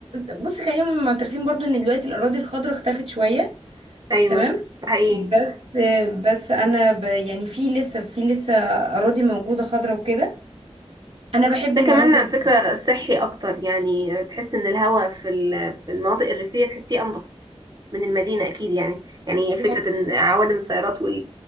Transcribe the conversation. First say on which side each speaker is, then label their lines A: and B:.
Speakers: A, on the right (about 60°); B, on the right (about 40°).
A: بص خلينا معترفين برضو ان دلوقتي الاراضي الخضراء اختفت شويه
B: أيوة
A: تمام
B: ده حقيقي
A: بس
B: مم.
A: بس انا ب يعني في لسه في لسه اراضي موجوده خضراء وكده انا بحب
B: ده
A: المناظر
B: كمان على فكرة صحي أكتر يعني آه، تحس إن الهواء في ال- في المناطق الريفية تحسيه أنظف من المدينة أكيد يعني يعني فكرة
A: دي
B: إن عوادم السيارات وال...